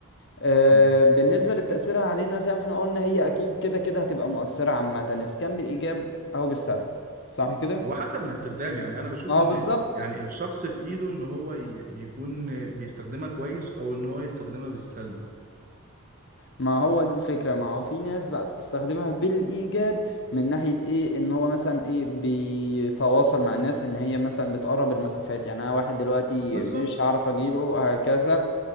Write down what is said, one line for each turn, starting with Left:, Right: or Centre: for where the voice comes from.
Left: آه،
Right: مم.
Left: بالنسبة لتأثيرها علينا زي ما احنا قلنا هي أكيد كده كده هتبقى مؤثرة عامة إذا كان بالإيجاب أو بالسلب صح كده؟
Right: هو حسب الاستخدام يعني أنا بشوف
Left: ما هو
Right: إن
Left: مم. بالظبط
Right: يعني الشخص في إيده إن هو ي- يكون بيستخدمها كويس أو إن هو يستخدمها بالسلب
Left: ما هو دي الفكرة ما هو في ناس بقى بتستخدمها بالإيجاب من ناحية إيه إن هو مثلا إيه بيتواصل مع الناس إن هي مثلا بتقرب المسافات يعني أنا واحد دلوقتي
Right: بالظبط
Left: مش هعرف أجيله هكذا